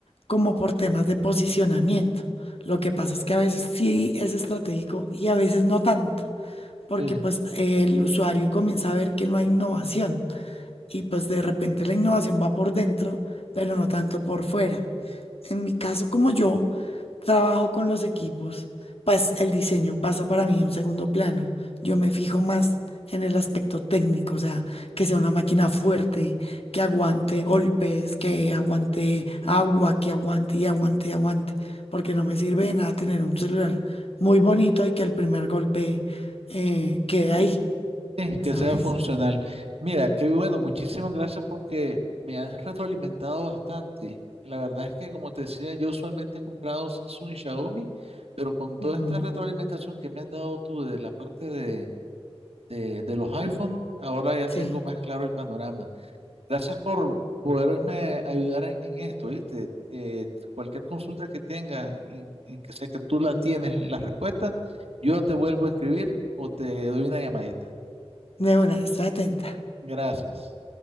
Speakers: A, on the left (about 65°); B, on the right (about 70°).
A: como por temas de posicionamiento. Lo que pasa es que a veces sí es estratégico y a veces no tanto, porque
B: sí
A: pues el usuario comienza a ver que no hay innovación y pues de repente la innovación va por dentro, pero no tanto por fuera. En mi caso, como yo trabajo con los equipos, pues el diseño pasa para mí a un segundo plano. Yo me fijo más en el aspecto técnico, o sea, que sea una máquina fuerte, que aguante golpes, que aguante agua, que aguante y aguante y aguante, porque no me sirve de nada tener un celular muy bonito y que el primer golpe eh, quede ahí,
B: Sí,
A: ¿sabes?
B: que sea funcional. Mira, qué bueno, muchísimas gracias porque me has retroalimentado bastante. La verdad es que, como te decía, yo usualmente he comprado Samsung y Xiaomi, pero con toda
A: Ujú,
B: esta retroalimentación que me has dado tú de la parte de, de, de los iPhone, ahora ya
A: Sí.
B: tengo más claro el panorama. Gracias por poderme ayudar en, en esto, ¿viste? Eh, cualquier consulta que tengas, en, en que sé que tú la tienes, la respuesta, yo te vuelvo a escribir o te doy una llamadita.
A: De una, estoy atenta.
B: Gracias.